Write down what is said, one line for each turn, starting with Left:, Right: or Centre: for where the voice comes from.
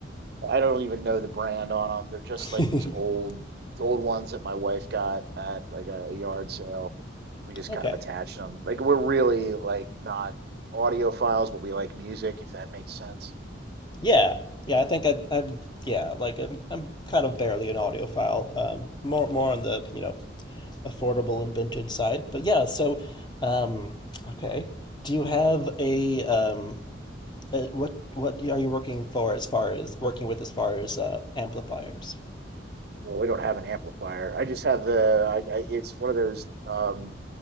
Right: I don't even know the brand on them. They're just
Left: <laughs>
Right: like these old old ones that my wife got at like a, a yard sale. We just
Left: Okay.
Right: kind of attached them. Like we're really like not audiophiles, but we like music, if that makes sense.
Left: Yeah. Yeah, I think I I'm yeah, like I'm, I'm kind of barely an audiophile. Um, more more on the, you know, affordable and vintage side. But yeah, so um okay. Do you have a um uh what what are you working for as far as working with as far as uh amplifiers?
Right: Well, we don't have an amplifier. I just have the. I, I, it's one of those. Um,